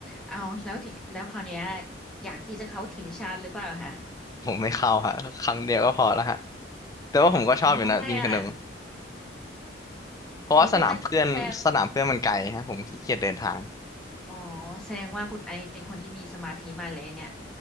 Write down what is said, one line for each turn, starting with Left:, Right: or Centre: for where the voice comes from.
Centre: เอาแล้วทีแล้วคราวเนี้ยอยากที่จะเข้าทีมชาติหรือเปล่าคะ
Left: <laughs> ผมไม่เข้าฮะครั้งเดียวก็พอแล้วฮะแต่ว่าผมก็ชอบอยู่นะยิงธนู
Centre: อ๋อทำไมอ่ะ
Left: เพราะว่าสนามเพื่อนสนามเพื่อนมันไกลฮะผมขี้เกียจเดินทาง
Centre: มีต้องมันแสดงอ๋อแสดงว่าคุณไอเป็นคนที่มีสมาธิมากเลยเนี่ย